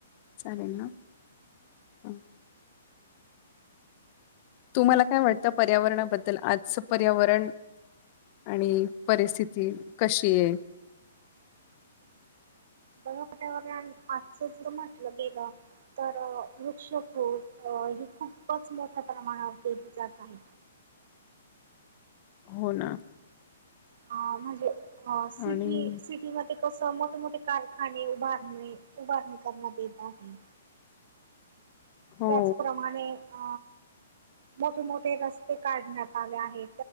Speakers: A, on the left; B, on the right.
A: चालेल ना अं, तुम्हाला काय वाटतं पर्यावरणाबद्दल आजचं पर्यावरण? आणि परिस्थिती कशी आहे?
B: दहापटावर आजचं जर म्हटलं गेलं तर वृक्षतोड ही खूपच मोठ्या प्रमाणावर केली जात आहे.
A: हो ना
B: अ म्हणजे अ सिटी
A: आणि
B: सिटी मध्ये कसं मोठे मोठे काय खाणे उभारणे उभारणे करणा देता आहे
A: हो,
B: त्याचप्रमाणे अ मोठे मोठे रस्ते काढण्यात आले आहेत